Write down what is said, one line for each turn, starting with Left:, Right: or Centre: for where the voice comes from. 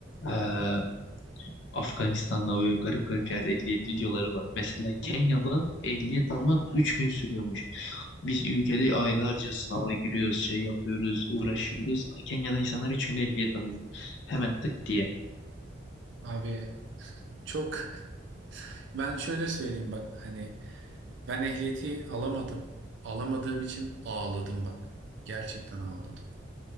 Left: eee Afganistan'da böyle garip garip yerde ehliyet videoları var. Mesela
Right: Hmm.
Left: Kenya'da ehliyet almak 3 gün sürüyormuş. Biz ülkede aylarca sınava giriyoruz, şey yapıyoruz, uğraşıyoruz. Kenya'da insanlar 3 günde ehliyet alıyor. Hemen tık diye.
Right: Abi çok <laughs> Ben şöyle söyleyeyim bak hani ben ehliyeti alamadım. Alamadığım için ağladım bak. Gerçekten ağladım.